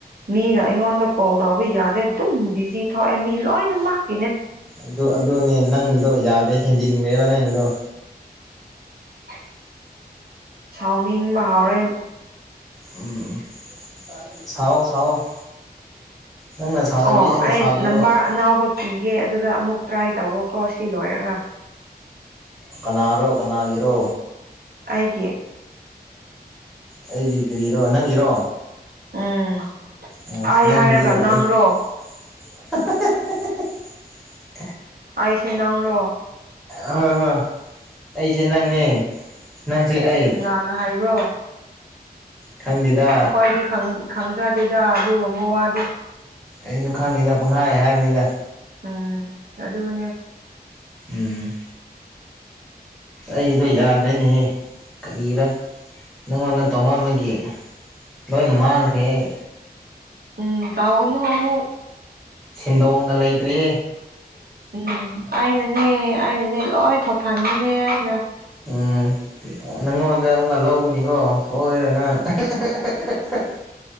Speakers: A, on the right (about 70°); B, in the centre.
A: ꯃꯤꯅ ꯑꯩꯉꯣꯟꯗ ꯀꯣꯜ ꯇꯧꯕ ꯌꯥꯗꯦ ꯑꯗꯨꯝ ꯕꯤꯖꯤ ꯊꯣꯛꯑꯦ ꯃꯤ ꯂꯣꯏꯅ ꯃꯥꯛꯀꯤꯅꯦ
B: ꯑꯗꯨ ꯑꯗꯨꯅꯦ ꯅꯪꯒꯤꯗꯣ ꯌꯥꯗ꯭ꯔꯦ ꯍꯦꯟꯖꯤꯟꯈ꯭ꯔꯦꯕ ꯅꯪꯗꯣ
A: <inaudible> ꯁꯥꯎꯅꯤꯡꯕ ꯍꯥꯎꯔꯦꯟ
B: ꯎꯝ ꯁꯥꯎꯑꯣ ꯁꯥꯎꯑꯣ ꯅꯪꯅ ꯁꯥꯎꯗꯕꯤ
A: ꯑꯣ
B: ꯑꯩꯅ
A: ꯑꯩ
B: ꯁꯥꯎꯒꯦꯔꯣ
A: ꯅꯝꯕꯔ ꯑꯅꯥꯎꯕ ꯄꯤꯒꯦ ꯑꯗꯨꯗ ꯑꯃꯨꯛ ꯇ꯭ꯔꯥꯏ ꯇꯧꯋꯣꯀꯣ ꯁꯤ ꯂꯣꯏꯔꯒ
B: ꯀꯅꯥꯔꯣ ꯀꯅꯥꯒꯤꯔꯣ
A: ꯑꯩꯒꯤ
B: ꯑꯩꯒꯤ ꯀꯔꯤꯔꯣ ꯅꯪꯒꯤꯔꯣ
A: ꯎꯝ
B: ꯑꯁ
A: ꯑꯩ
B: ꯅꯪꯒꯤꯗꯤ
A: ꯍꯥꯏꯔꯒ
B: ꯂꯣꯔꯦ
A: ꯅꯪꯔꯣ
B: ꯍꯥ ꯍꯥ
A: ꯑꯩꯁꯦ ꯅꯪꯔꯣ
B: ꯍꯣꯏ ꯍꯣꯏ ꯑꯩꯁꯦ ꯅꯪꯅꯦ ꯅꯪꯁꯦ ꯑꯩ
A: ꯀꯅꯥꯅ ꯍꯥꯏꯕ꯭ꯔꯣ
B: ꯈꯪꯗꯦꯗ
A: ꯑꯩꯈꯣꯏꯗꯤ ꯈꯪꯖꯗꯦꯗ ꯑꯗꯨꯒꯨꯝꯕ ꯋꯥꯗꯤ
B: ꯑꯩꯁꯨ ꯈꯪꯗꯦꯗ ꯄꯥꯡꯍꯥꯏ ꯍꯥꯏꯕꯅꯤꯗ
A: ꯎꯝ ꯑꯗꯨꯅꯦ
B: ꯎꯝ ꯑꯩꯗꯣ ꯌꯥꯗ꯭ꯔꯦꯅꯦꯍꯦ ꯀꯔꯤꯔ ꯅꯪꯉꯣꯟꯗ ꯇꯧ ꯃꯥꯟꯕꯒꯤ ꯂꯣꯏꯅ ꯃꯥꯡꯈ꯭ꯔꯦ ꯑꯩ
A: ꯎꯝ ꯇꯥꯎꯅꯨ ꯑꯃꯨꯛ
B: ꯁꯦꯟꯗꯣꯡꯒ ꯂꯩꯇ꯭ꯔꯤ
A: ꯎꯝ ꯑꯩꯅꯅꯦ ꯑꯩꯅꯅꯦ ꯂꯣꯏ ꯊꯣꯍꯟꯕꯅꯦ ꯑꯩꯅ
B: ꯎꯝ ꯅꯪꯉꯣꯟꯗ ꯑꯃꯨꯛꯀ ꯂꯧꯕꯅꯤꯀꯣ ꯁꯣꯏꯔꯅ ꯑꯍ-ꯑꯍ-ꯑꯍ